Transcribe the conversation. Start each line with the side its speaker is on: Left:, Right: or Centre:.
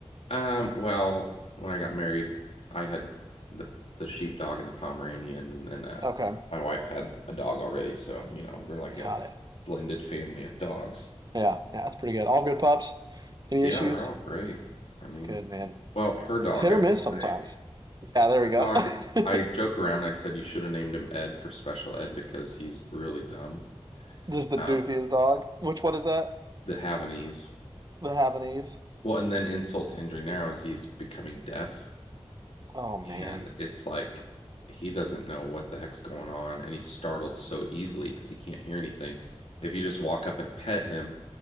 Left: Um, well, when I got married, I had the the sheepdog and the Pomeranian, and then uh,
Right: Okay,
Left: my wife had a dog already, so you know we're like a
Right: got it.
Left: blended family of dogs.
Right: Yeah, yeah, that's pretty good. All good pups. Any
Left: Yeah,
Right: issues?
Left: they're all great. I mean,
Right: Good man.
Left: well, her dog,
Right: It's hit
Left: I
Right: or
Left: will
Right: miss
Left: say.
Right: sometimes. Yeah, there
Left: The
Right: we
Left: dog,
Right: go. <laughs>
Left: I joke around. I said you should have named him Ed for special ed because he's really dumb.
Right: Just the
Left: Um,
Right: doofiest dog. Which one is that?
Left: the Havanese.
Right: The Havanese.
Left: Well, and then insult to injury now is he's becoming deaf,
Right: Oh man,
Left: and it's like he doesn't know what the heck's going on, and he's startled so easily because he can't hear anything. If you just walk up and pet him